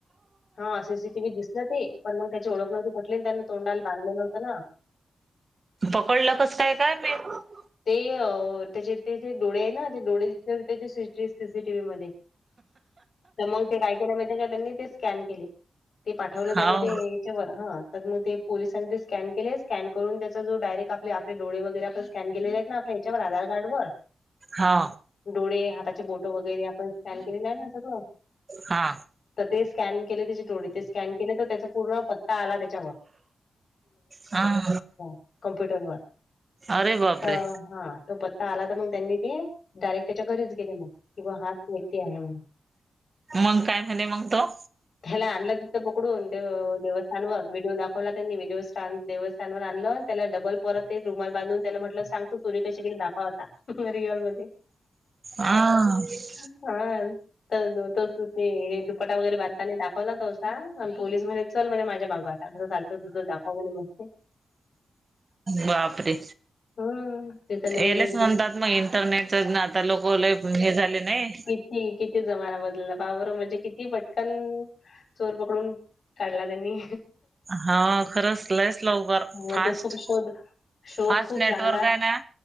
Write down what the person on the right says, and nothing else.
पकडलं कस काय काय माहित?
हाव
हा.
हा.
हा
अरे बापरे
मग काय, म्हले मग तो?
आ <unintelligible>
बापरे!
यालेच
म्हणतात, मग इंटरनेटच आता लोक ल हे झाले नाही.
हा खरंच लईस लवकर
फास्ट
फास्ट
नेटवर्क
आहे ना